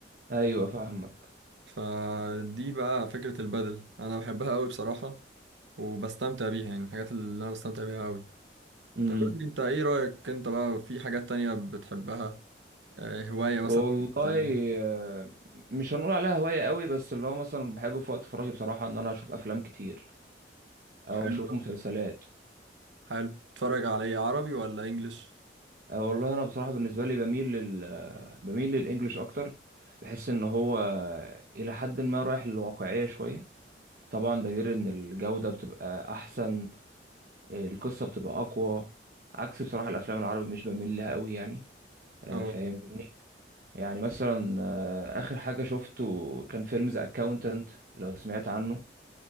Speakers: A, on the right; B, on the right.
A: ايوه فاهمك
B: فدي بقى فكرة البدل أنا بحبها أوي بصراحة وبستمتع بيها يعني من الحاجات اللي أنا بستمتع بيها أوي
A: مم.
B: طب قول لي أنت إيه رأيك أنت بقى في حاجات تانية بتحبها آه، هواية مثلا
A: والله
B: بتعملها
A: آه، مش هنقول عليها هواية قوي بس اللي هو مثلا بحب في وقت فراغي بصراحة ان انا اشوف افلام كتير او
B: حلو
A: اشوف مسلسلات
B: ده حلو تتفرج على إيه عربي ولا إنجليش؟
A: أو والله انا بصراحة بالنسبة لي بميل لل آه، بميل للانجليش اكتر بحس ان هو الى حد ما رايح للواقعية شوية طبعا ده غير ان الجودة بتبقى احسن آه، القصة بتبقى اقوى عكس بصراحة الافلام العربي مش بميل لها قوي يعني آه،
B: اه
A: فاهمني يعني مثلا آه، اخر حاجة شفته كان فيلم ذا اكاونتنت لو سمعت عنه